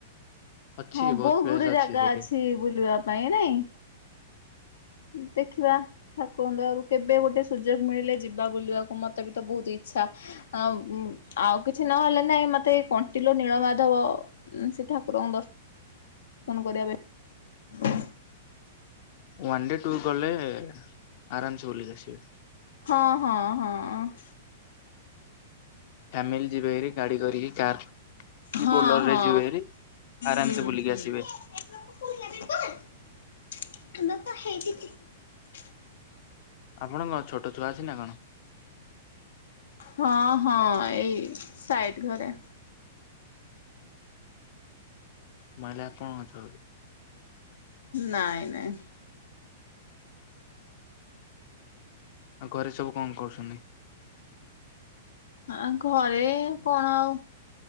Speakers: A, on the left; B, on the left.
A: ଅଛି
B: ହଁ ବହୁତ
A: ପ୍ଲେସ୍
B: ଗୁଡେ ଜାଗା
A: ସେଠି
B: ଅଛି ବୁଲିବା ପାଇଁ ନାଇଁ ଦେଖିବା ଠାକୁର ଦେରୁ କେବେ ଗୋଟେ ସୁଯୋଗ ମିଳିଲେ ଯିବା ବୁଲିବାକୁ ମୋତେ ବି ତ ବହୁତ ଇଚ୍ଛା ଆଉ କିଛି ନହେଲେ ନାଇଁ ମତେ ଏଇ କଣ୍ଟିଲୋ ନୀଳମାଧବ ସେ ଠାକୁରଙ୍କ ଦର୍ଶନ କଣ କରିବା ବେ?
A: ୱନ୍ ଡେ ଟୁ ଗଲେ ଆରାମ୍ ସେ ବୁଲିକି ଆସିବେ।
B: ହଁ ହଁ ହଁ।
A: ଫ୍ୟାମିଲି ଯିବେହାରି। ଗାଡି କରିକି କାର୍ କି
B: ହଁ
A: ବୋଲର
B: ହଁ
A: ରେ ଯିବେ ବାହାରି ଆରାମ୍
B: ହୁଁ
A: ସେ ବୁଲିକି
B: ହୁଁ
A: ଆସିବେ।
B: <inaudible>
A: ଆପଣଙ୍କ ଛୋଟ ଛୁଆ ଅଛି ନା କଣ?
B: ହଁ ହଁ ଏଇ ସାଇଟ୍ ଘରେ।
A: ମୁଁ ଭାବିଲି ଆପଣ ଅଛ ବୋଲି।
B: ନାଇଁ ନାଇଁ।
A: ଆଉ ଘରେ ସବୁ କଣ କରୁସନି?
B: ଆ ଘରେ କଣ ଆଉ